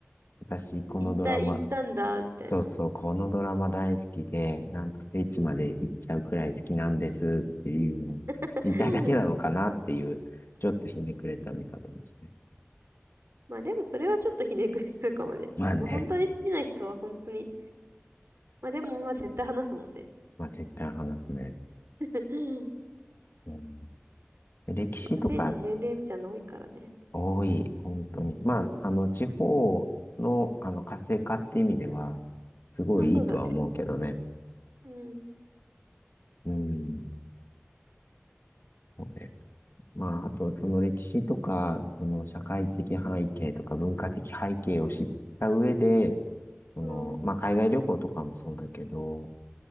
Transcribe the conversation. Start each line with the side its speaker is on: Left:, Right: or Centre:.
Left: 私、このドラマ、
Right: 行った、行ったんだ、みたいな。
Left: そうそう、このドラマ大好きで、なんと聖地まで行っちゃうくらい好きなんですっていうのを言いたいだけなのかなっていう、
Right: <laughs>
Left: ちょっとひねくれた見方もして。
Right: まあでもそれはちょっとひねくれしてるかもね。
Left: まあね、
Right: まあ本当に好きな人は本当に。まあでもまあ絶対話すもんね。
Left: まあ絶対話すね。
Right: <laughs>
Left: うん、歴史とか
Right: 今、聖地巡礼みたいなの多いからね。
Left: 多い、本当に。まあ、あの、地方の、あの、活性化って意味では、すごいいいとは思うけどね。
Right: まあそうだね。うん、
Left: うん、そうね。まあ、あと、その歴史とか、その社会的背景とか文化的背景を知った上で、その、
Right: うん、
Left: まあ、海外旅行とかもそうだけど、